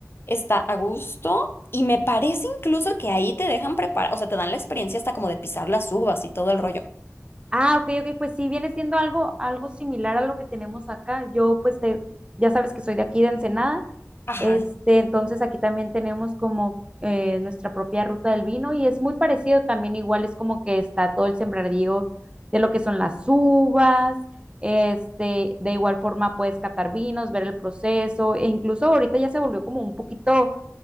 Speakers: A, on the left (about 45°); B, on the right (about 20°).
A: está a gusto. Y me parece incluso que ahí te dejan preparar, o sea, te dan la experiencia hasta como de pisar las uvas y todo el rollo.
B: Ah, ok, ok, pues sí, viene siendo algo, algo similar a lo que tenemos acá. Yo, pues, te- ya sabes que soy de aquí de Ensenada,
A: Ajá,
B: este, entonces aquí también tenemos como eh, nuestra propia ruta del vino y es muy parecido también, igual es como que está todo el sembradío de lo que son las uvas, este, de igual forma puedes catar vinos, ver el proceso, e incluso ahorita ya se volvió como un poquito